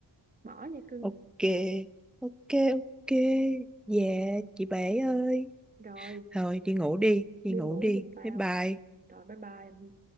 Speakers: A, on the right; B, in the centre.
A: bỏ nha cưng
B: ok ok ok dạ chị bé ơi
A: rồi
B: Thôi đi ngủ đi, đi
A: đi
B: ngủ
A: ngủ
B: đi.
A: giùm tao
B: Bye bye.
A: rồi bye bye